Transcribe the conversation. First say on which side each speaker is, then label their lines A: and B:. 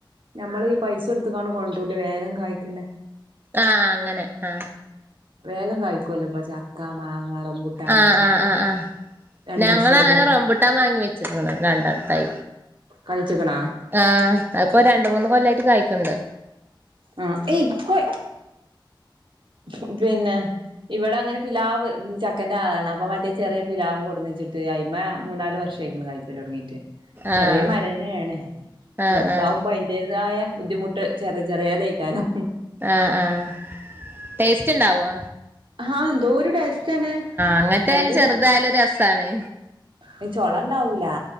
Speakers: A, on the right; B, on the right.
A: നമ്മള് ഈ പൈസ എടുത്ത്ക്കാണ് കൊണ്ടൂല്ലേ വേഗം കായ്ക്കണ്ടേ?
B: ആ അങ്ങനെ ആ
A: വേഗം കായ്ക്കുവല്ലോ ഇപ്പ ചക്ക മാങ്ങ റംബുട്ടാന്
B: ആ ആ ആ ആഹ്
A: രണ്ടർഷം
B: ഞങ്ങളങ്ങനെ
A: ഒരു വർഷം
B: റംബുട്ടാൻ വാങ്ങി വെച്ചിരുന്നതാ രണ്ട് തൈ
A: കഴിച്ചക്കണാ
B: ആഹ അപ്പോ ര മൂന്ന് കൊല്ലായിട്ട് കായ്ക്ക്ണ്ട്.
A: ആ ഏയ്‌ കോയ് മ് പിന്നെ ഇവിടെ അങ്ങനെ പിലാവ് ച പക്കൻ്റെ ആണ് അം മറ്റേ ചെറിയ പിലാവ് കൊടുന്ന് വെച്ചിട്ട് അയ്മേ മൂന്നാല്ർഷായിക്ക്ണ്‌ കായ്ക്കല് തുടങ്ങി- റ്റ്
B: ആഹ്
A: ചെറിയ മഴേനയാണ്
B: ആഹ്
A: ചെറുതാവുമ്പോ
B: ആഹ്
A: അതിന്റേതായ ബുദ്ധിമുട്ട് ചെറിയ ചെറിയതായിക്കാല്ലോ
B: ആഹ് ആഹ് ടേസ്റ്റ്ണ്ടാവോ
A: ഹാ എന്തോരു ടേസ്റ്റ്ന്നെ
B: അങ്ങനത്തെ
A: അയില്
B: ആയാലും ചെറുതായാലും രസാണ്
A: ഇനി ചൊള ഉണ്ടാവൂലാ.